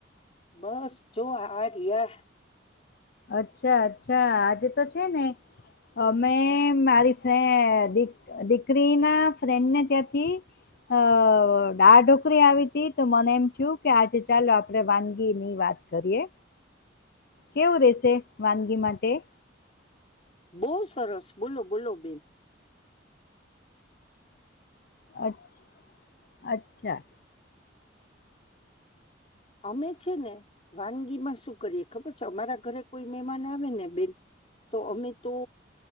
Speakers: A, on the left (about 35°); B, on the left (about 55°).
A: બસ જો આ રહિયા
B: અચ્છા અચ્છા આજે તો છે ને અમે મારી. દીકરી ના ફ્રેન્ડ ને ત્યાંથી અ ડાઢોકરી આવી ત તો મને એમ થયું કે આજે ચાલો આપડે વાનગી નહી વાત વાત કરીએ કેવું રેશે વાનગી માટે
A: બહુ સરસ બોલો બોલો બેિન.
B: અચ્છ અચ્છા
A: અમે છે ને વાનગીમાં શું કરીએ ખબર છે અમારા ઘરે કોઈ મહેમાન આવે ને બેન તો અમે તો